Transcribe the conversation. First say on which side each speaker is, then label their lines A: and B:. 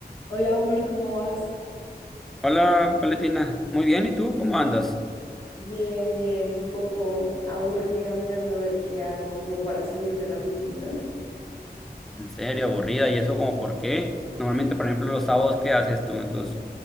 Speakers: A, on the left; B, in the centre.
A: Hola Omar, ¿cómo vas?
B: Hola, Valentina. Muy bien, ¿y tú cómo andas?
A: Bien, bien, un poco aburrida mirando a ver qué hago como para salir de la rutina.
B: En serio, aburrida, ¿y eso como por qué? Normalmente, por ejemplo, los sábados, ¿qué haces tú en tus